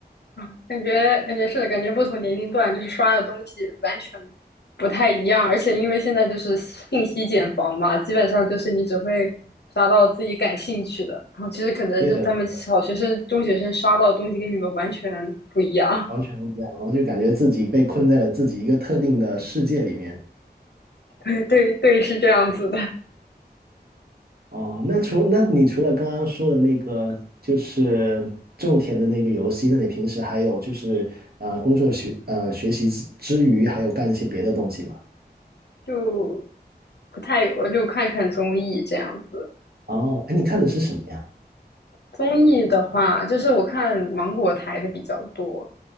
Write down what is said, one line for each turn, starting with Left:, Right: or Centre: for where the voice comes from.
Left: 嗯，感觉感觉是的感觉不同年龄段就是刷的东西完全不太一样，而且因为现在就是信息茧房嘛，基本上就是你只会刷到自己感兴趣的，然后其实可能就他们小学生、
Right: 对的，对的，
Left: 中学生刷到的东西跟你们完全不一样，
Right: 完全不一样。然后就感觉自己被困在了自己一个特定的世界里面。
Left: <laughs> 对对对，是这样子的，
Right: 哦，那除那你除了刚刚说的那个，就是种田的那个游戏，那你平时还有就是呃工作学呃学习之之余，还有干一些别的东西吗？
Left: 就不太，我就看看综艺这样子。
Right: 哦，哎，你看的是什么呀？
Left: 综艺的话，就是我看芒果台的比较多，